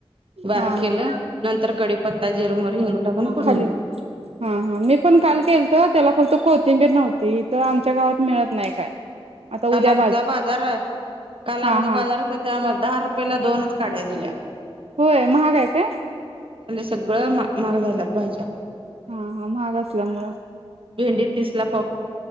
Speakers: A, on the right; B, on the right.
A: बारीक
B: हा
A: केलं
B: हा
A: नंतर कडीपत्ता जिर मोहरी हिंग टाकून फोडणी
B: खाली
A: दिली.
B: हा हा मी पण काल केलत त्याला फक्त कोथिंबीर नव्हती इथ आमच्या गावात मिळत नाही काय. आता उद्या
A: काल आमचा बाजार काल आमचा
B: हा हा
A: बाजार होता त्यामुळं दहा रुप पहिला दोनच काढ्या दिल्या.
B: होय महागय काय?
A: सगळ म मा महाग <unintelligible> झाल्या त भाज्या.
B: हा हा महाग असल्यामुळं.
A: भेंडी तिसला प